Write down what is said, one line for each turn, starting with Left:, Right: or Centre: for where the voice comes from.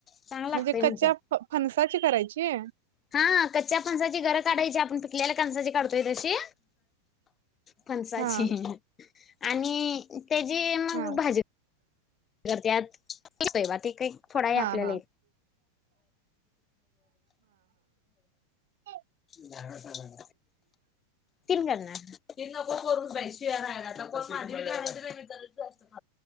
Left: चांगला लागतंय
Right: म्हणजे क्च्या
Left: म्हणत्यात
Right: फनसाची करायची
Left: हा कच्च्या फणसाची गरं काढायची आपण पिकलेल्याला कणसाची काढतोय तशी फंसाची
Right: हा
Left: आणि त्याची मग
Right: हा
Left: भाजी करतयात ते काही फोडा आहे
Right: हा
Left: आपल्याला
Right: हा एक
Left: ल तीन करणार तीन नको करून बाई शिळ रहायला <inaudible>